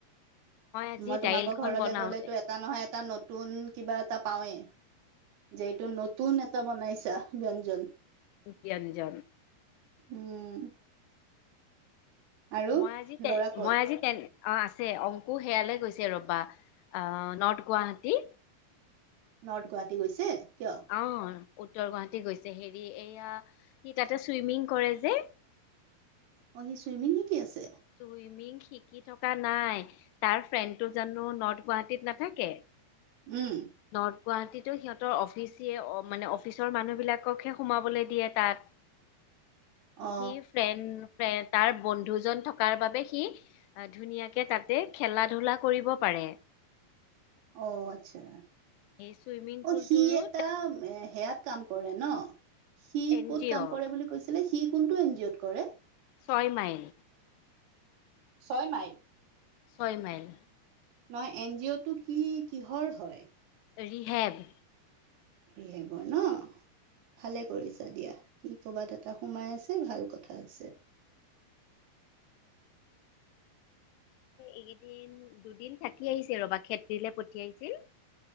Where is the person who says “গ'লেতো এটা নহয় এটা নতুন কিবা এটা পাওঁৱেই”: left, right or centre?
Right